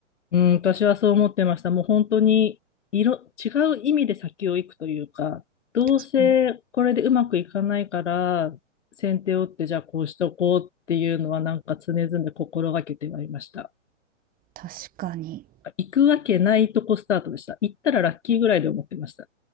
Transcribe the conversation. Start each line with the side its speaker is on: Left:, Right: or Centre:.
Left: うん、私はそう思ってました。もう本当に色、違う意味で先を行くというか、どうせこれでうまくいかないから、
Right: うん、
Left: 先手を打ってじゃあこうしとこうっていうのはなんか常々心がけてはいました。
Right: 確かに。
Left: 行くわけないとこスタートでした。行ったらラッキーぐらいで思ってました。